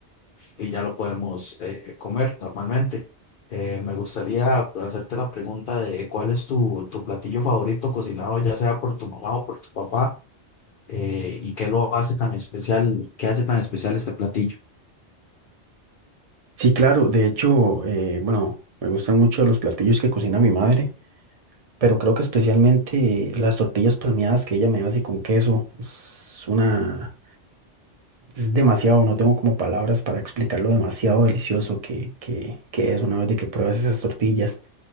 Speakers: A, on the left; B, on the right.
A: y ya lo podemos eh, comer normalmente. Eh, me gustaría hacerte la pregunta de cuál es tu, tu platillo favorito cocinado, ya sea por tu mamá o por tu papá, eh, y qué lo hace tan especial, qué hace tan especial este platillo.
B: Sí, claro, de hecho, eh, bueno, me gustan mucho los platillos que cocina mi madre. pero creo que especialmente las tortillas palmeadas que ella me hace con queso es una, es demasiado, no tengo como palabras para explicar lo demasiado delicioso que, que, que es una vez de que pruebas esas tortillas,